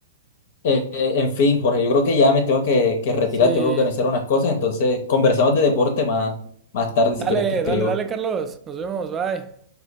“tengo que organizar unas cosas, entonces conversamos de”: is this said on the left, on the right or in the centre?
Left